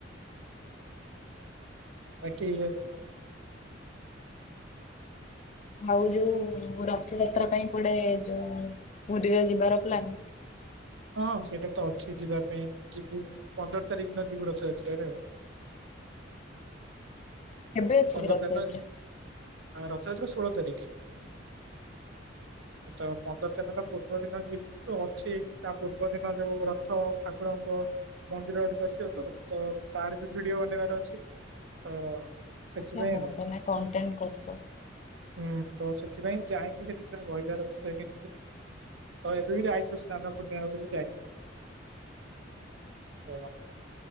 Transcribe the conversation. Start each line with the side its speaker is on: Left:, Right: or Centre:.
Right: ବାକି ଏଇଆ ସବୁ ଆଉ।
Left: ଆଉ ଯୋଉ ରଥଯାତ୍ରା ପାଇଁ କୁଆଡେ ଯୋଉ ପୁରୀରେ ଯିବାର ପ୍ଲାନ।
Right: ହଁ ସେଇଟା ତ ଅଛି ଯିବା ପାଇଁ ଯିବୁ ପନ୍ଦର ତାରିଖ ଦିନ ଯିବୁ ରଥଯାତ୍ରରେ ଆଉ।
Left: କେବେ ଅଛି
Right: ପନ୍ଦର
Left: କି ରଥଯାତ୍ରା?
Right: ତାରିଖ ଦିନ ଆ ରଥଯାତ୍ରା ଷୋହଳ ତାରିଖ। ତ ପନ୍ଦର ତାରିଖ ଦିନ ତା ପୂର୍ବ ଦିନ ଯିବୁ। ଯୋଉ ଅଛି ତା ପୂର୍ବ ଦିନ ଯୋଉ ରଥ ଠାକୁରଙ୍କ। ମନ୍ଦିର ଆଡକୁ ଆସିବ ତ ତାର ବି ଭିଡିଓ ବନେଇବାର ଅଛି ତ। ସେଥିପାଇଁ
Left: ଆଚ୍ଛା ହଁ
Right: ଆଉ
Left: ତମେ କଣ କଣ୍ଟେଣ୍ଟ କରିଛ।
Right: ହୁଁ ତ ସେଥିପାଇଁ ଯାଇକି ସେଠି ପୁରା ରହିବାର ଅଛି ତ ତ ଏବେ ବି ଯାଇଥିଲୁ ସ୍ନାନ ପୂର୍ଣ୍ଣିମା ବେଳେ ବି ଯାଇଥିଲୁ। ତ।